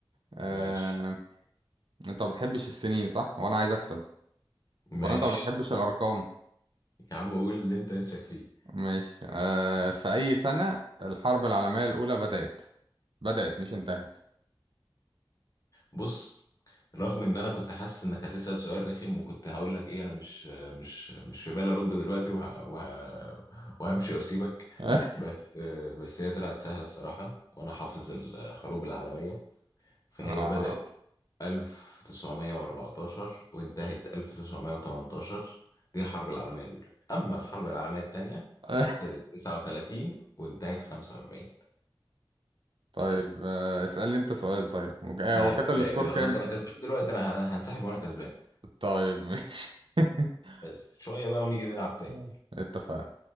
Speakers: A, on the right; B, on the left.
A: آه...
B: ماشي
A: انت ما بتحبش السنين صح وانا عايز اكسب
B: ماشي
A: ولا انت ما بتحبش الارقام
B: يا عم قول اللي انت نفسك فيه
A: ماشي آه... في اي سنة الحرب العالمية الاولى بدأت بدأت مش انتهت
B: بص رغم ان انا كنت حاسس انك هتسأل سؤال رخم وكنت هقول لك ايه انا مش مش مش في بالي ارد دلوقتي وه... وه... وهمشي واسيبك
A: <laughs>
B: بس بس هي طلعت سهلة الصراحة وانا حافظ الحروب العالمية فهي
A: آه.
B: بدأت 1914 وانتهت 1918 دي الحرب العالمية الأولى أما الحرب العالمية التانية
A: <laughs>
B: فابتدت 39 وانتهت 45
A: طيب
B: بس
A: آه، اسألني انت سؤال طيب وج- آه،
B: لا
A: هو كده
B: كفاية
A: السكور
B: كده
A: كام
B: خلاص أنا كسبان دلوقتي أنا هنسحب وأنا كسبان
A: طيب ماشي <laughs>
B: بس شوية بقى ونيجي نلعب تاني
A: آه. اتفقنا